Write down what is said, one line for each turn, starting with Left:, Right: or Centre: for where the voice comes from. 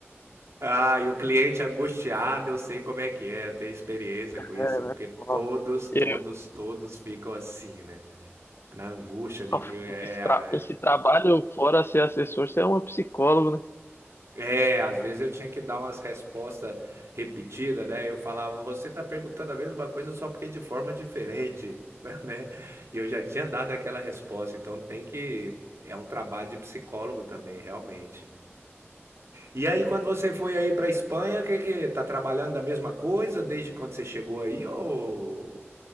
Right: Ah, e o cliente angustiado, eu sei como é que é, eu tenho experiência com isso,
Left: É, né?
Right: porque todos,
Left: ó,
Right: todos,
Left: eu-
Right: todos ficam assim, né? Na angústia de
Left: ó,
Right: que é,
Left: esse, tra- esse trabalho, fora ser assessor, você é um psicólogo, né?
Right: É, às vezes eu tinha que dar umas respostas repetidas, né? Eu falava, você tá perguntando a mesma coisa só porque de forma diferente, <laughs> né? E eu já tinha dado aquela resposta, então tem que. É um trabalho de psicólogo também, realmente. E aí, quando você foi aí pra Espanha, que que tá trabalhando da mesma coisa desde quando você chegou aí ou